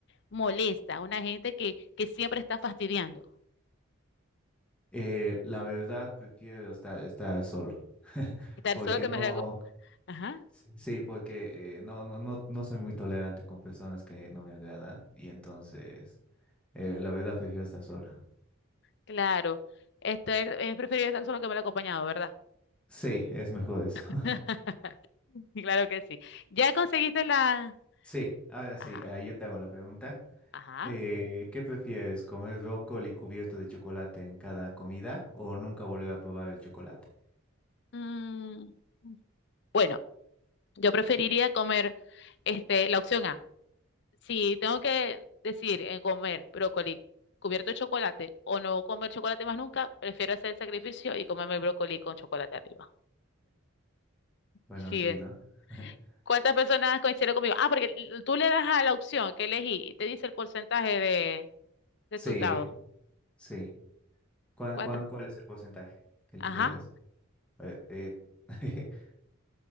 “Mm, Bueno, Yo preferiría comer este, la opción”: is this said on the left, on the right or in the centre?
Left